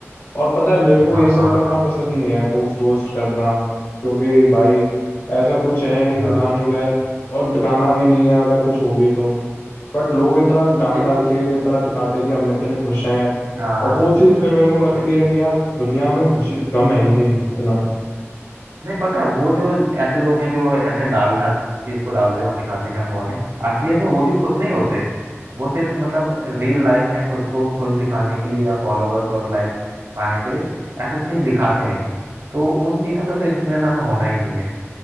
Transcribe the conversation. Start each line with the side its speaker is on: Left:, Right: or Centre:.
Left: और पता है मेरे को
Right: हाँ
Left: ये सब करना पसंद नहीं है पोस्ट वोस्ट करना क्योंकि भाई ऐसा कुछ है नहीं
Right: हाँ
Left: दिखाने के लायक और दिखाना भी नहीं है अगर कुछ हो भी तो बट लोग इतना डाल
Right: बिल्कुल
Left: डाल के इतना दिखाते कि हम इतने खुश हैं
Right: हाँ
Left: और वो चीज़ फिर मेरे को लगती
Right: बिल्कुल
Left: है कि यार दुनिया में खुशी गम है ही नहीं
Right: हम्म।
Left: इतना
Right: नहीं पता है वो जो ऐसे लोग हैं जो ऐसे डाल हर चीज को डालते हैं और दिखाते हैं कि हम बहुत हैं असलियत में वो भी खुश नहीं होते वो सिर्फ मतलब रियल लाइफ में खुद को खुश दिखाने के लिए या फॉलोअर्स और लाइक पाने के लिए ऐसा चीज दिखाते हैं तो उन चीजों से तो इन्फ्लुएंस हमें होना ही नहीं है